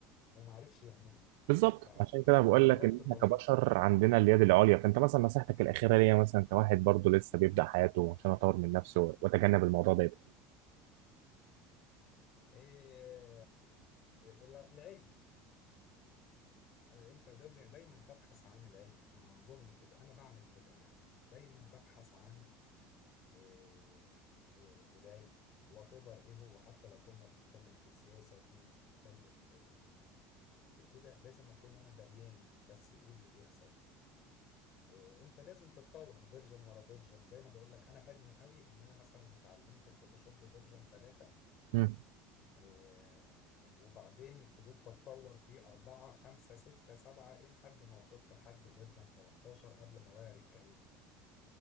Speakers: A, on the left; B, on the right.
A: وما عرفش يعمله
B: بالظبط
A: بعد
B: عشان كده بقول
A: بعد
B: لك
A: وقت
B: ان
A: طويل
B: احنا كبشر عندنا اليد العليا فانت مثلا نصيحتك الاخيره ليا مثلا كواحد برضه لسه بيبدا حياته عشان اطور من نفسي واتجنب الموضوع ده يبقى
A: إيه العلم انت دايما دايماً تبحث عن العلم انا اظن كده انا بعمل كده يعني دايما ببحث عن إيه إيه العلم وات ايفر ايه هو حتى لو كنا بنتكلم في السياسه كنا بنتكلم في في كده لازم اكون انا دريان بس ايه اللي بيحصل إيه انت لازم تتطور فيرجن ورا فيرجن زي ما بقول لك انا فادني قوي ان انا مثلا اتعلمت الفوتوشوب فيرجن ثلاثة
B: مم.
A: آه، وبعدين فضلت اتطور فيه أربعة خمسة ستة سبعة إيه لحد ما وصلت لحد فيرجن 13 قبل ما أغير الكارير